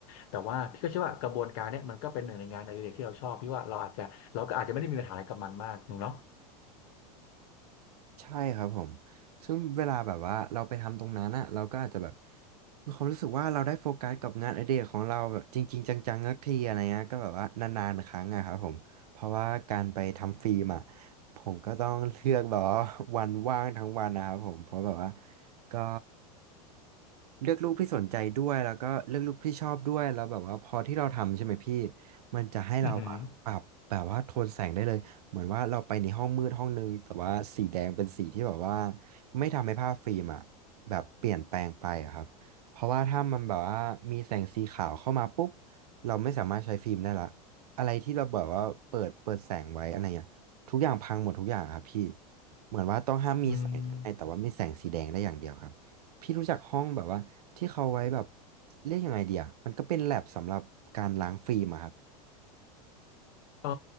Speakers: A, on the left; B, on the right.
A: แต่ว่าพี่ก็เชื่อว่ากระบวนการเนี้ยมันก็เป็นหนึ่งในงานอดิเรกที่เราชอบพี่ว่าเราอาจจะเราก็อาจจะไม่ได้มีปัญหาอะไรกับมันมากหนูเนาะ
B: ใช่ครับผม ซึ่งเวลาแบบว่าเราไปทำตรงนั้นอะเราก็อาจจะแบบมีความรู้สึกว่าเราได้โฟกัสกับงานอดิเรกของเราแบบจริงๆจังๆสักทีอะไรเงี้ยก็แบบว่านานๆครั้งอะครับผมเพราะว่าการไปทำฟิล์มอะผมก็ต้องเลือกแบบว่า <laughs> วันว่างทั้งวันนะครับผมเพราะแบบว่าก็เลือกรูปที่สนใจด้วยแล้วก็เลือกรูปที่ชอบด้วยแล้วแบบว่าพอที่เราทำใช่ไหมพี่มันจะให้เราอะปรับแบบว่าโทนแสงได้เลย
A: อือหือ
B: เหมือนว่าเราไปในห้องมืดห้องนึงแต่ว่าสีแดงเป็นสีที่แบบว่าไม่ทำให้ภาพฟิล์มอะแบบเปลี่ยนแปลงไปอะครับเพราะว่าถ้ามันแบบว่ามีแสงสีขาวเข้ามาปุ๊บเราไม่สามารถใช้ฟิล์มได้ละอะไรที่เราแบบว่าเปิดเปิดแสงไว้อะไรเงี้ยทุกอย่างพังหมดทุกอย่างอะครับพี่เหมือนว่าต้องห้ามมีแสงข้างในแต่ว่ามีแสงสีแดงได้อย่างเดียวครับพี่รู้จักห้องแบบว่าที่เขาไว้แบบ
A: อืม
B: เรียกยังไงเดียมันก็เป็นแลบสำหรับการล้างฟิล์มอะครับ
A: เออ